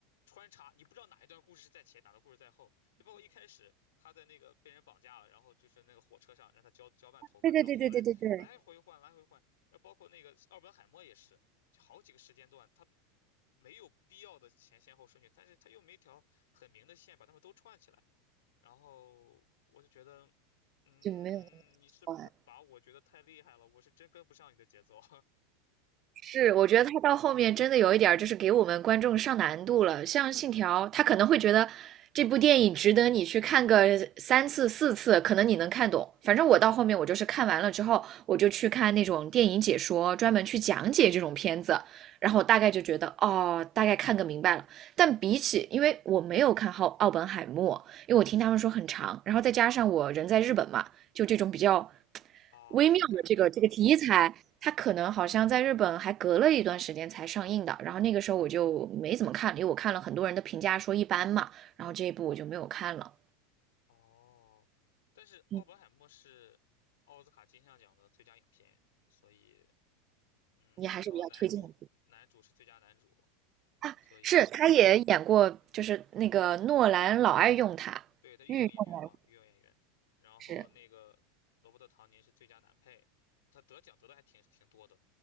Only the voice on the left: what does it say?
穿插，你不知道哪一段故事是在前，哪段故事在后，就包括一开始他在那个被人绑架了，然后就是那个火车上让他交交办投办，
然后后来来回换，来回换。那包括那个奥本海默也是，就好几个时间段，他没有必要的前先后顺序，但是他又没一条很明的线把他们都串起来。然后我就觉得，嗯，
你是不是把我觉得太厉害了？我是真跟不上你的节奏
<laughs> 啊，
敏感的啊啊
哦。但是奥本海默是奥斯卡金像奖的最佳影片，
所以嗯，
然后男主男主是最佳男主，
所以。
对，他御用演员嘛，
御用演员。然后那个罗伯特·
唐尼是最佳男配，他得奖得的还挺挺多的。